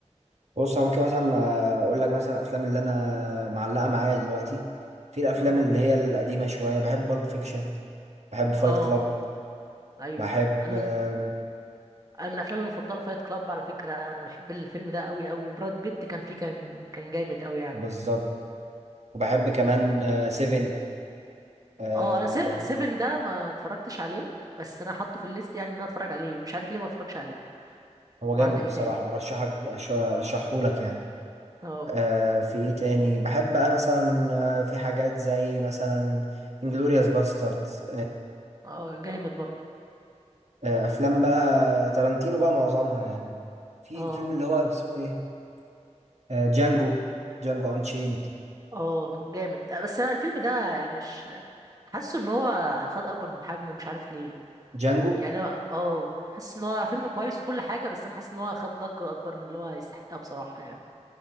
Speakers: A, on the right (about 70°); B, on the right (about 30°).
A: بص انا ممكن مثلا اقول لك مثلا الافلام اللي انا معلقه معايا دلوقتي في الافلام
B: اه
A: اللي هي القديمه شويه بحب بالب فيكشن بحب فايت
B: اه
A: كلاب
B: ايوه
A: بحب
B: انا
A: آه،
B: من انا من افلامي المفضله فايت كلاب على فكره انا بحب الفيلم ده قوي قوي براد بيت كان فيه كان كان جامد قوي يعني
A: بالظبط وبحب كمان آه، سيفن آه،
B: اه انا سي- سيفن ده ما اتفرجتش عليه بس انا حاطه في الليست يعني ان انا اتفرج عليه مش عارف ليه ما اتفرجش عليه
A: هو
B: وعندك
A: جامد
B: ايه
A: بصراحه
B: تاني
A: ارشحك أش- ارشحه لك يعني
B: اه
A: آه، في ايه تاني بحب بقى مثلا آه، في حاجات زي مثلا انجلوريوس باستردز
B: اه جامد برضه
A: آه، افلام بقى تارانتينو بقى معظمها يعني في
B: اه
A: الفيلم اللي هو اسمه ايه آه، جانجو جانجو انشيند
B: اه جامد بس انا الفيلم ده يعني مش حاسه ان هو خد اكبر من حجمه مش عارف ليه
A: جانجو
B: يعني هو- اه حاسس ان هو فيلم كويس وكل حاجه بس انا حاسس ان هو خد ضجه اكبر من اللي هو يستحقها بصراحه يعني